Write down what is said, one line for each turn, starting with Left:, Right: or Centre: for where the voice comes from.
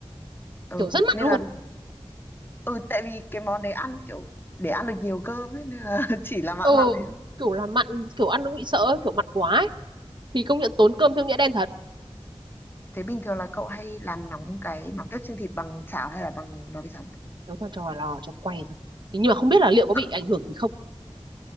Left: Ừ,
Right: kiểu rất mặn
Left: nên
Right: luôn
Left: là, ừ, tại vì cái món đấy ăn kiểu để ăn được nhiều cơm ấy, nên là <laughs> chỉ là mặn
Right: ừ
Left: mặn thế thôi.
Right: kiểu là mặn kiểu ăn cũng bị sợ ấy, kiểu mặn quá ấy. thì công nhận tốn cơm theo nghĩa đen thật
Left: Thế bình thường là cậu hay làm nóng cái mắm tép chiên thịt bằng chảo hay là bằng lò vi sóng?
Right: nấu toàn cho vào lò cho quay thôi thì nhưng mà không biết là liệu có
Left: Không,
Right: bị ảnh hưởng gì không